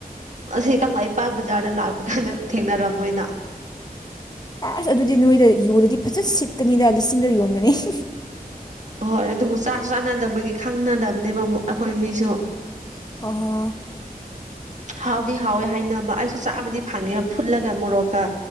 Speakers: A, on the right; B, on the left.
A: ꯑꯁꯤ ꯀꯪꯂꯩꯄꯥꯛ ꯕꯖꯥꯔꯗ ꯂꯥꯛꯄ ꯀꯥꯟꯗ ꯊꯦꯡꯅꯔꯝꯃꯣꯏꯅ
B: ꯑꯁ ꯑꯗꯨꯗꯤ ꯅꯣꯏꯗ ꯌꯣꯜꯂꯗꯤ ꯐꯖꯅ ꯁꯤꯠꯀꯅꯤꯗ ꯂꯤꯁꯤꯡꯗ ꯌꯣꯟꯒꯅꯤ <unintelligible>
A: ꯍꯣꯏ ꯑꯗꯨꯕꯨ ꯆꯥꯁꯨ ꯆꯥꯟꯅꯗꯕꯒꯤ ꯈꯪꯅꯗꯕꯅꯦꯕ ꯑꯃꯨꯛ ꯑꯈꯣꯏ ꯃꯤꯁꯨ
B: <unintelligible>
A: ꯍꯥꯎꯗꯤ ꯍꯥꯎꯋꯦ ꯍꯥꯏꯅꯕ ꯑꯩꯁꯨ ꯆꯥꯕꯗꯤ ꯐꯡꯉꯦꯕ ꯐꯨꯠꯂꯒ ꯃꯣꯔꯣꯛꯀ